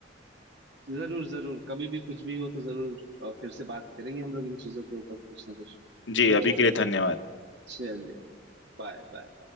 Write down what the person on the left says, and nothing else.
जी
अभी
के लिए धन्यवाद